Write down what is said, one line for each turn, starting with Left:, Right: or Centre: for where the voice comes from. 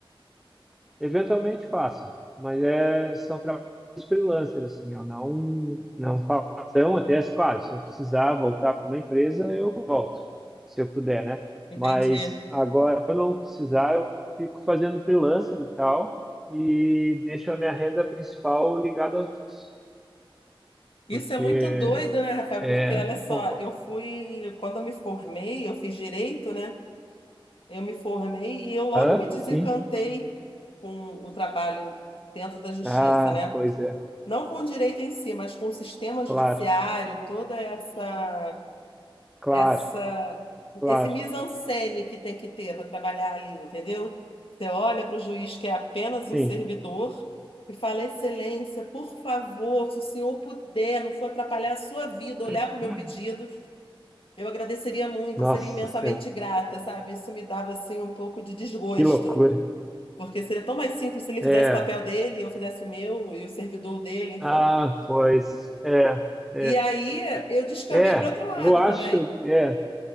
Centre: Eventualmente faço, mas é, são trabalhos freelancer, assim, eu não, não faço tão até, claro, se eu precisar voltar para uma empresa, eu volto, se eu puder, né?
Left: Entendi.
Centre: Mas agora eu não precisar, eu fico fazendo freelancer e tal, e deixo a minha renda principal ligada aos... outros,
Left: Isso
Centre: Porque,
Left: é muito doido, né, Rafael?
Centre: é...
Left: Porque olha só,
Centre: pô,
Left: eu fui, quando eu me formei, eu fiz direito, né? Eu me formei e eu logo
Centre: Hã?
Left: me desencantei
Centre: Sim?
Left: com o trabalho dentro da justiça,
Centre: Ah,
Left: né?
Centre: pois é,
Left: Não com o direito em si, mas com o sistema
Centre: claro,
Left: judiciário, toda essa
Centre: claro,
Left: essa
Centre: claro,
Left: esse mise-en-scène que tem que ter para trabalhar ali, entendeu? Você olha para o juiz que é apenas
Centre: sim.
Left: um servidor e fala: Excelência, por favor, se o senhor puder, não for atrapalhar a sua vida, olhar
Centre: <laughs>
Left: para o meu pedido, eu agradeceria muito,
Centre: Nossa
Left: seria imensamente
Centre: Senhora,
Left: grata, sabe? Isso me dava assim um pouco de desgosto,
Centre: que loucura.
Left: porque seria tão mais simples se ele
Centre: É,
Left: fizesse o papel dele, eu fizesse o meu e o servidor dele, enfim.
Centre: Ah, pois. É, é,
Left: E aí eu descambei
Centre: é,
Left: para outro lado
Centre: eu acho.
Left: também.
Centre: É,